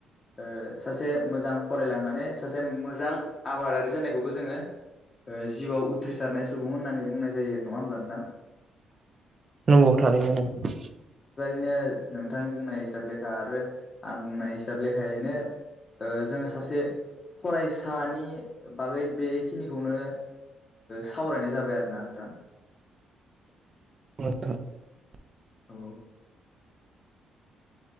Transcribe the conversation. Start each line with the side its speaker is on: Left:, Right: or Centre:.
Left: ओ सासे मोजां फरायलांनानै सासे मोजां आबादारि जानायखौबो जोङो जिउआव उथ्रिसारनाय सुबुं होननानै बुंनाय जायो नङा होमब्ला नोंथां
Right: नंगौ थारैनो नोंगौ
Left: ओ नोंथांनि बुंनाय हिसाब लेखा आरो आं बुंनाय हिसाब लेखायैनो ओ जोङो सासे फरायसानि बागै बेखिनिखौनो सावरायनाय जाबाय आरोना नोंथां
Right: <unintelligible>
Left: औ